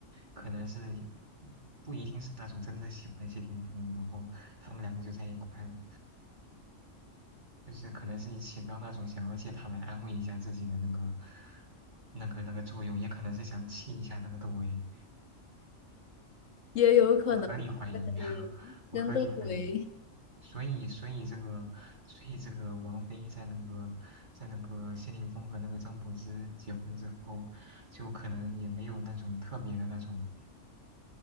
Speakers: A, on the right; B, on the left.
A: 可能是不一定是那种真的喜欢谢霆锋，然后他们两个就在一块了。就是可能是你起到那种想要借他来安慰一下自己的那个、那个、那个作用，也可能是想气一下那个窦唯。
B: 也有可能吧，
A: 我合理怀疑，
B: 但是真的为
A: <laughs> 我合理怀疑。所以，所以这个，所以这个王菲在那个，在那个谢霆锋和那个张柏芝结婚之后，就可能也没有那种特别的那种